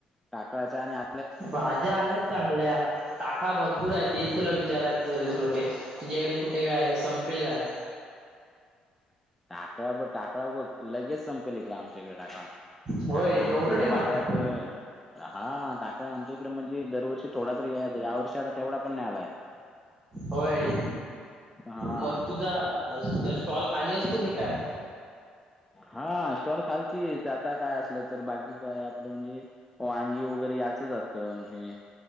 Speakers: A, in the centre; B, on the right.
A: टाकळाच्या आणि आ
B: भाज्या आलाय चांगल्या. टाकळा भरपूर आहे तेच तुला विचारायच <unintelligible> तुझ्या इकडे कुठे काय संपेल काय?
A: टाकळ्या ब टाक टाक बघ लगेच संपेल इकडे आमच्याकडे टाकळा
B: होय
A: कारण का आमच्या
B: एवढं
A: इकडे
B: डिमांड
A: टाकळ्याच
B: आहे
A: हा टाकळ्या आमच्या इकडे म्हणजे दरवर्षी थोडा तरी यायचा या वर्षी आता तेवढा पण नाही आलाय.
B: होय
A: हा
B: म तुझा मस तुझा स्टॉल खाली असतो की काय?
A: हा स्टॉल खालचीच आता काय असलं तर बाकी काय आपलं म्हणजे वांगी वगैरे याचच असतं म्हणे.